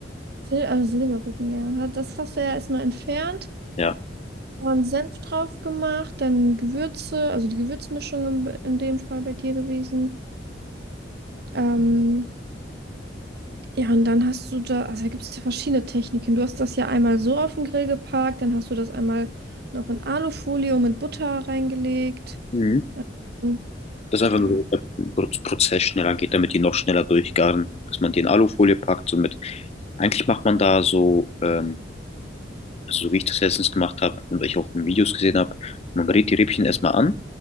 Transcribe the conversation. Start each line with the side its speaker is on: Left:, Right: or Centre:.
Right: Sil also Silberrücken, ja. Ha- Das hast du ja erstmal entfernt,
Left: Ja.
Right: dann Senf drauf gemacht, dann Gewürze, also die Gewürzmischung in, in dem Fall bei dir gewesen. Ähm, Ja, und dann hast du da, also da gibt es ja verschiedene Techniken. Du hast das ja einmal so auf den Grill geparkt, dann hast du das einmal noch in Alufolie und mit Butter reingelegt.
Left: Mhm.
Right: Und
Left: Dass einfach
Right: ja,
Left: nur damit der Pro- Prozess schneller geht, damit die noch schneller durchgaren, dass man die in Alufolie packt. So mit, eigentlich macht man da so, ähm, so wie ich das letztens gemacht habe und ich auch in Videos gesehen habe, man brät die Rippchen erstmal an,